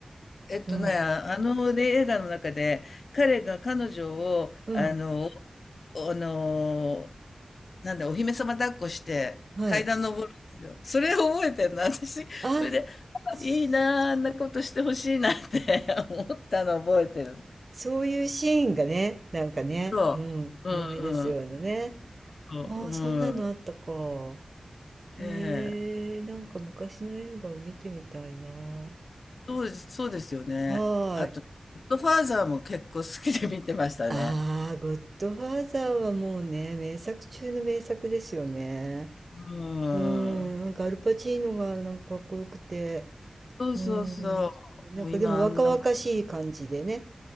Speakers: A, on the left (about 75°); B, on the right (about 50°).
A: えっとね、
B: うん。
A: あの、ね、映画の中で、彼が彼女を、
B: うん。
A: あの、おあの、なんだ、お姫様抱っこして、
B: はい。
A: 階段登るんですよ。それを覚えてるの、私。それで、
B: あ、そ
A: あいいなあ、あんなことしてほしいなって <laughs> 思ったの覚えてるの。
B: そういうシーンがね、なんかね、
A: そう。
B: うん、思い出すようなね。
A: うんうん。そううん。
B: ああ、そんなのあったか。へえ、
A: ええ
B: なんか昔の映画を見てみたいな。は
A: そうです、そうですよね。
B: ーい。
A: あとね、ゴッドファーザーも結構好きで見てましたね。
B: ああ、ゴッドファーザーはもうね、名作中の名作ですよね。
A: う
B: うん、
A: ん。
B: なんかアルパチーノがなんかかっこよくて、
A: そうそうそう。
B: うん、すごい。なんかでも若々しい感じでね。
A: もう今あんな、